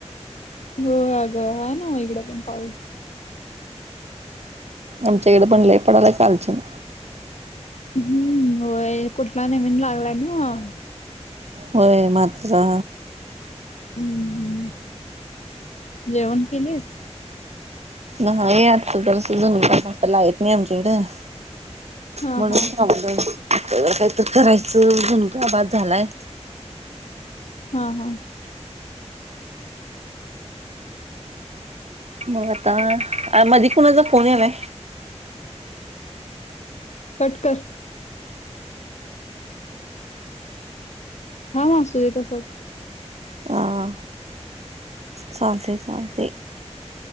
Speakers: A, on the left; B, on the right.
A: होय आगं हाय नव्हं इकड पण पाऊस.
B: आमच्याइकड पण लई पडालाय कालच्यान.
A: हुं होय कुठला नवीन लागलाय नव्हं.
B: होय मात्रा
A: हुं हुं, जेवण केलीस?
B: नाही आत् जरासं झुणका <unintelligible> लाईट नाही आमच्याइकड.
A: हा
B: म्हणून
A: हा
B: थांबलोय जरा कायतर करायचं झुणका भात झालाय.
A: हा हा,
B: मग आता मधी कुणाचा फोन यालाय?
A: कट कर. थांब आसूदे तसचं.
B: आ चालतय चालतय,